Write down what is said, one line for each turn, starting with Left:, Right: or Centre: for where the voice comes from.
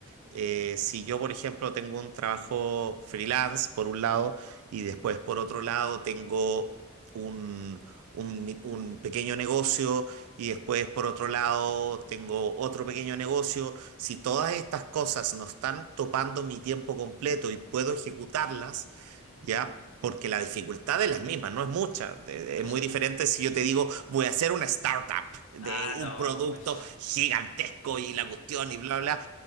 Right: eh, si yo, por ejemplo, tengo un trabajo freelance por un lado y después por otro lado tengo un, un mi- un pequeño negocio y después por otro lado tengo otro pequeño negocio, si todas estas cosas no están topando mi tiempo completo y puedo ejecutarlas,
Left: Ujú.
Right: ¿ya? Porque la dificultad es la misma, no es mucha. De- de-
Left: <laughs>
Right: Es muy diferente si yo te digo, voy a hacer una startup de
Left: Ah,
Right: un
Left: no,
Right: producto
Left: pues
Right: gigantesco y la cuestión y bla, bla.